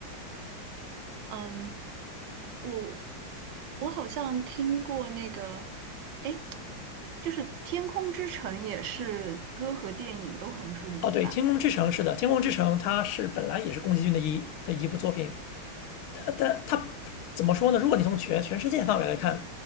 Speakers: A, on the right; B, on the left.
A: 嗯，我我好像听过那个，哎，就是《天空之城》也是歌和电影都很著名吧？
B: 哦，对，《天空之城》是的，《天空之城》它是本来也是宫崎骏的一的一部作品，但但它怎么说呢？如果你从全全世界范围来看，